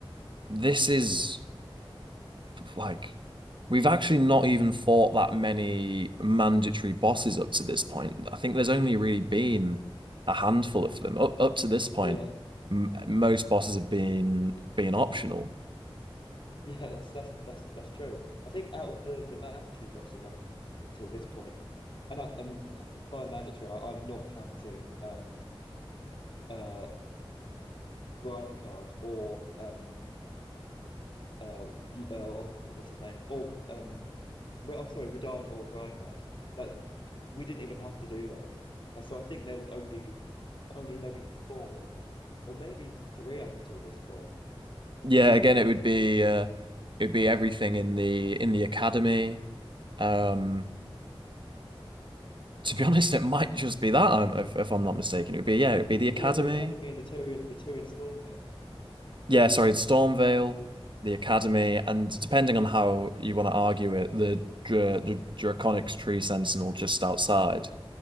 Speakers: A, on the right; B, on the left.
A: this is. like we've actually not even fought that many mandatory bosses up to this point. I think there's only really been a handful of them up up to this point.
B: Yeah,
A: M most bosses have been been optional.
B: <laughs> yeah, that's that's that's that's true. I think out of the the mandatory bosses up until this point, and I, and by mandatory, I, I'm not counting um uh Rykard or um uh, uh oh God, what's his name? Or um R- I'm sorry, Radan or Rykard. Like we didn't even have to do those. Uh, So I think there was only only maybe four or maybe even three up until this point.
A: Yeah, again, it would be uh, it'd be everything in the in the academy. Um, to be <laughs> honest, it might just be that um, if, if I'm not mistaken. It would be yeah, it would be the academy.
B: Yeah, the academy and the two in the two in Stormvale.
A: Yeah, sorry, Stormvale, the Academy, and depending on how you want to argue it, the Dra the Draconic's Tree Sentinel just outside.